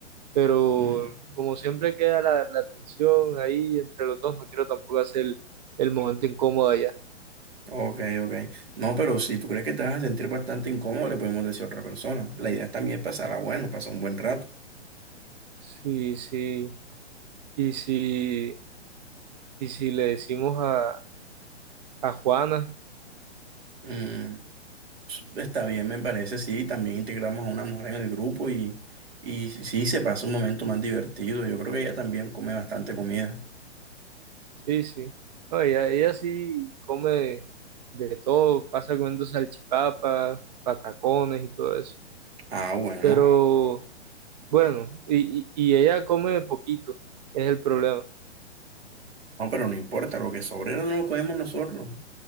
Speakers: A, on the right; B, on the right.
A: pero
B: Mm,
A: como siempre queda la, la tensión ahí entre los dos, no quiero tampoco hacer el, el momento incómodo allá.
B: Ok, ok. No, pero si tú crees que te vas a sentir bastante incómodo, le podemos decir a otra persona. La idea es también pasarla bueno, pasar un buen rato.
A: Sí, sí, y si, y si le decimos a, a Juana.
B: Mm, está bien, me parece, sí. También integramos a una mujer en el grupo y, y sí, se pasa un momento más divertido. Yo creo que ella también come bastante comida.
A: Sí, sí. No, ella, ella sí come de todo, pasa comiendo salchipapas, patacones y todo eso.
B: Ah, bueno.
A: Pero bueno, y, y, y ella come poquito, es el problema.
B: No, pero no importa, lo que sobre no lo comemos nosotros.